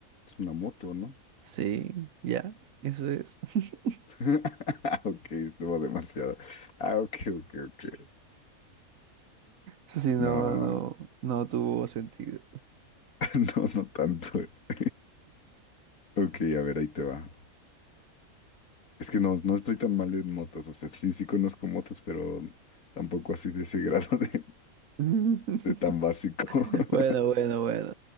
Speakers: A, on the left; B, on the right.
A: es una moto, ¿no?
B: Sí, ya, eso es. <laughs>
A: <laughs> Ok, estuvo demasiado. Ah, ok, ok, ok.
B: Eso sí, no,
A: No,
B: no, no tuvo sentido.
A: <laughs> no, no tanto. <laughs> Ok, a ver, ahí te va. Es que no, no estoy tan mal en motos. O sea, sí, sí conozco motos, pero tampoco así de ese <laughs> grado de,
B: <laughs>
A: de tan básico. <laughs>
B: Bueno, bueno, bueno.